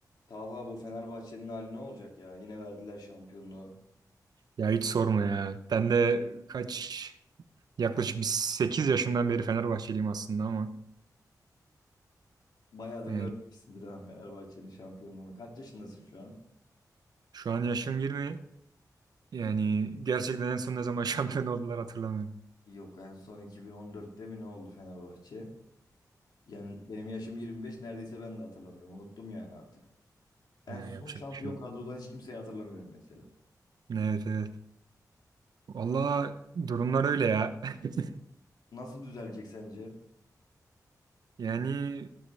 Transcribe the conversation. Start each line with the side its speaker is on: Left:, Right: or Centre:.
Left: Talha bu Fenerbahçe'nin hali ne olacak ya? Yine verdiler şampiyonluğu.
Right: Ya hiç sorma ya. Ben de kaç yaklaşık bir 8 yaşımdan beri Fenerbahçeliyim aslında ama
Left: Bayağıdır
Right: yani
Left: görmemişsindir ha Fenerbahçe'nin şampiyonluğunu. Kaç yaşındasın şu an?
Right: şu an yaşım 20. Yani gerçekten en son ne zaman <laughs> şampiyon oldular hatırlamıyorum.
Left: Yok en son 2014'te mi ne oldu Fenerbahçe? Yani benim yaşım 25 neredeyse ben de hatırlamıyorum. Unuttum yani artık. En
Right: Ya
Left: son
Right: yapacak
Left: şampiyon
Right: bir şey yok.
Left: kadrodan hiç kimseyi hatırlamıyorum mesela.
Right: Evet evet. Valla durumlar öyle ya. <laughs>
Left: Nasıl düzelecek sence?
Right: Yani